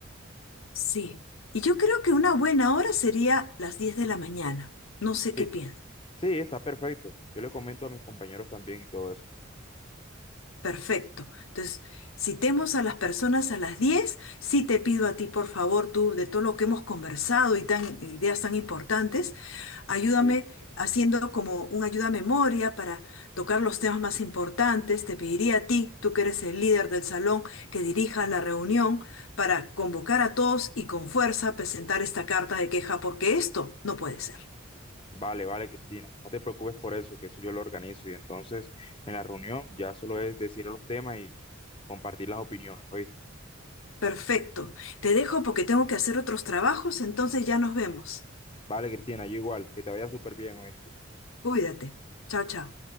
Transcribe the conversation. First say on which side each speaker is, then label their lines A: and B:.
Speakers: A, on the left; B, on the left.
A: Sí. Y yo creo que una buena hora sería las 10 de la mañana. No sé
B: Sí,
A: qué piensas.
B: Sí, está perfecto. Yo le comento a mis compañeros también y todo eso.
A: Perfecto. Entonces, citemos a las personas a las diez, Sí te pido a ti, por favor, tú, de todo lo que hemos conversado y tan ideas tan importantes, ayúdame
B: Sí,
A: haciendo como un ayuda a memoria para tocar los temas más importantes. Te pediría a ti, tú que eres el líder del salón, que dirija la reunión para convocar a todos y con fuerza presentar esta carta de queja, porque esto no puede ser.
B: vale, vale, Cristina. No te preocupes por eso, que eso yo lo organizo. Y entonces en la reunión ya solo es decir los temas y, y compartir las opiniones, ¿oíste?
A: Perfecto. Te dejo porque tengo que hacer otros trabajos, entonces ya nos vemos.
B: Vale, Cristina, yo igual. Que te vaya súper bien, ¿oíste?
A: Cuídate. Chao, chao.